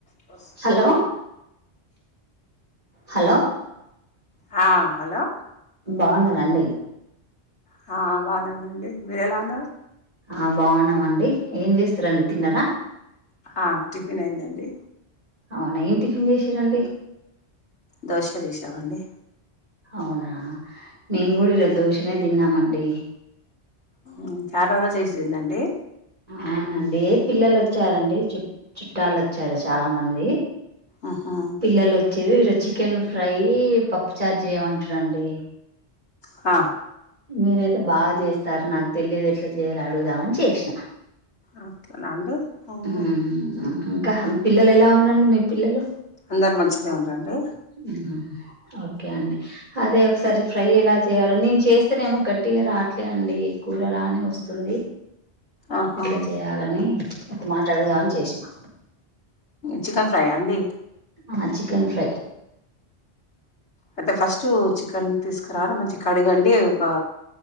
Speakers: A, on the left; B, on the right.
A: First
B: hello hello
A: హా hello
B: బాగున్నారా అండి.
A: హా ఆ బాగనే ఉన్నా అండి మీరు ఎలా ఉన్నారు.
B: ఆ బాగున్నాం అండి ఏం చేస్తుర్రు అండి తిన్నరా.
A: ఆ టిఫిన్ అయిందండి.
B: అవునా ఏం టిఫిన్ చేశిర్రండి.
A: దోశ చేశాం అండి.
B: అవునా మేం గూడా ఈరోజు దోశనేే తిన్నామండీ.
A: ఊ చాలా రోజు చేశిందండీ.
B: అవునండి ఏ పిల్లలు వచ్చారండి చుట్ చుట్టాలు వచ్చారు చాలా మందీ.
A: ఆహా
B: పిల్లలు వచ్చిర్రు ఈరోజు చికెన్ ఫ్రై యీ పప్ చారు జెయ్యమంటుర్రండీ
A: ఆ
B: మీరయితే బాగా చేస్తారు నాక్ తెలియదు ఎట్లా జెయాలి అడుగుదామని చేశినా.
A: అట్ల నా అండి హ్మ్.
B: ఊహు ఇంకా పిల్లలు ఎలా ఉన్నారండి మీ పిల్లలు.
A: అందరు మంచిగనే ఉండ్రండి.
B: ఊహు ఓకే అండి అదే ఒకసారి ఫ్రై ఎలా జేయాలో నేను చేస్తనేమో గట్టిగా రాట్లే అండి కూరలానే వస్తుంది.
A: ఆహా
B: ఎట్లా చేయాలనీ ఒక మాట అడుగుదామని చేశినా.
A: చికెన్ ఫ్రై ఆ అండి.
B: ఆ చికెన్ ఫ్రై
A: అయితే ఫస్టూ చికెన్ తీసుకురావాల మంచిగ కడుగండీ ఒకా